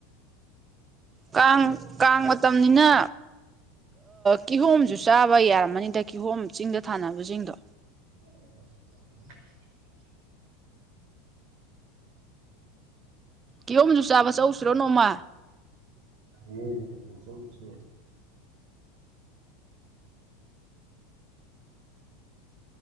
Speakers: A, on the right; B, on the right.
A: ꯀꯥꯡ ꯀꯥꯡ ꯃꯇꯝꯅꯤꯅ ꯀꯤꯍꯣꯝꯁꯨ ꯆꯥꯕ ꯌꯥꯔꯝꯃꯅꯤꯗ ꯀꯤꯍꯣꯝ ꯆꯤꯡꯗ ꯊꯥꯅꯕꯁꯤꯡꯗꯣ
B: <inaudible>
A: ꯀꯤꯍꯣꯝꯁꯨ ꯆꯥꯕ ꯆꯧꯁꯤꯔꯣ ꯅꯣꯡꯃ
B: ꯌꯥꯏꯌꯦ ꯆꯧꯁꯦ